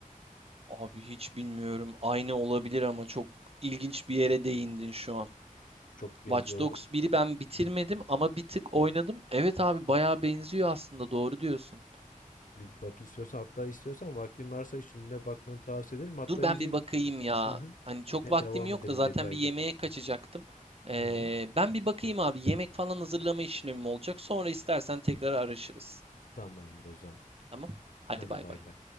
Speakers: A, on the right (about 45°); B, on the left (about 70°).
A: Abi hiç bilmiyorum. Aynı olabilir ama çok ilginç bir yere değindin şu an.
B: Çok benziyorlar.
A: Watch Dogs biri ben bitirmedim ama bir tık oynadım. Evet abi bayağı benziyor aslında doğru diyorsun.
B: Bir bak istiyorsan hatta istiyorsan vaktin varsa şimdi bakmanı tavsiye ederim. Hatta
A: Dur ben
B: iyice
A: bir
B: bir
A: bakayım ya.
B: hı hı.
A: Hani çok
B: Yine
A: vaktim
B: devam
A: yok
B: edelim
A: da zaten
B: detaylı.
A: bir yemeğe kaçacaktım. Ee,
B: Hı hı.
A: ben bir bakayım abi. Yemek falan hazırlama işlemim olacak. Sonra istersen tekrar araşırız.
B: Tamamdır o zaman.
A: Tamam? Hadi
B: Hadi
A: bay
B: bay
A: bay.
B: bay.